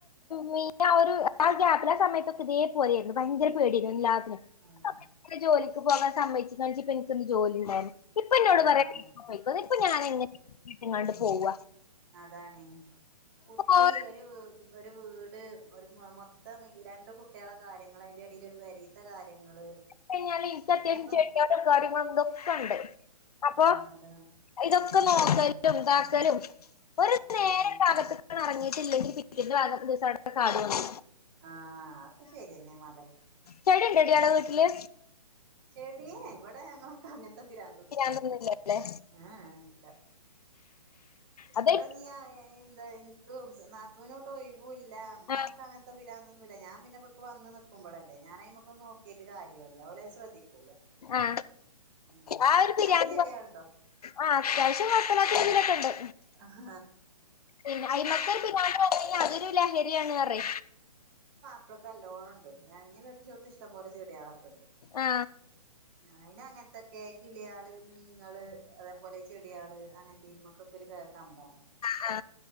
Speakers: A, on the left; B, on the right.
A: മീയിൻ ആ ഒരു ആ ഗ്യാപ്പിൽ ആ സമയത്തൊക്കെ ഇതേ പോലെയരുന്നു ഭയങ്കര പേടരുന്നു എല്ലാത്തിനും
B: ആഹ്
A: ആ സമയ ജോലി പോകാൻ സമ്മയച്ച്ണിച്ച ഇപ്പ എനിക്കൊ ജോലി ഉണ്ടായി ഇപ്പൊ ന്നോട്
B: ആഹ്
A: പറ അ
B: അതാണ്
A: ഇപ്പൊ ഞാനൻ എങ്ങനെ വീട്ടങ്ങാണ്ട് പോവ
B: അതാാണ് കുട്ടി
A: ഓരോ
B: ഒരു ഒരു വീട് ഒരു മൊ രണ്ടണ്ട് കുട്ടികള കാര്യങ്ങള്ൾ അതിന്റെ ഇടൽ ഒരു വരീത്ത കാര്യങ്ങള്
A: കഴിഞ്ഞാല് എനിക്കത്യം
B: പിന്നെപ്പ
A: ചെട്ടിയര കാര്യങ്ങള എന്തൊക്കെണ്ട് അപ്പൊ
B: ആഹ് അതാണ്
A: ഇതൊക്കെ നോക്കലും ഉണ്ടാക്കലും ഒരു നേര
B: ഉം
A: ഭാഗത്ത് ഇറങ്ങിയിട്ടില്ലെങ്കിൽ പിക്കിന്റെ ഭാം ദിവസ അവി കാടുന്നു
B: ആഹ ഒക്കെ ശരിയെന്നെ മല
A: ചെടി ഉണ്ടടി അവിടെ വീട്ടില്
B: ശടി വടാ അങ്ങക്കണത്ത ഇ പിരാന്തൊന്നുമല്ല
A: പിരാന്തൊന്നുമില്ലല്ലേ
B: ആഹ ഇല്ല ഇവിടെ
A: അത്
B: നീ എന്താ എന നാത്തുവിനോട്ട് ഒഴവൂല്ല അമ്മ്ക്കെ
A: ആ
B: അങ്ങനത്തെ ഞാൻ പിന്നെ ഇടക്ക് വന്ന് നക്കുമ്പോളല്ല ഞാൻ അയ്മക്ക്‌ നോക്കിയിട്ട് കാര്യല്ലാ എന്നല്ല പോലെ ശ്രദ്ധിക്കൂല
A: ആ
B: ഉം
A: ആ ഒരു ബിരിയാണി
B: അനക്ക് ചെടികളുണ്ടോ
A: ആ അത്യാവശ്യം കൊറപ്പലത്ത ഇിലൊക്കെ ഉണ്ട്
B: ആഹ
A: പിന്നെ അഐമക്കൽ പിിനാണ്ടണെങ്കിൽ അതൊരു ലഹരിയാണ് അറേ
B: ഇപ്പോഴക്ക ലോൺണ്ട് ഞ കെട്ടിച്ച കൊടുത്ത് ഇഷ്ടംപലെ ചെടികളൊക്കെ ഉണ്ട്
A: ആ
B: അ അങ്ങനത്തൊക്കെ കിളിയള് മീങ്ങൾ അതേപോലെ ചെടിയാള് അങ്ങനത്തെയ്മക്കൊക്കെ ഒരു കമ്പ
A: ആ ആ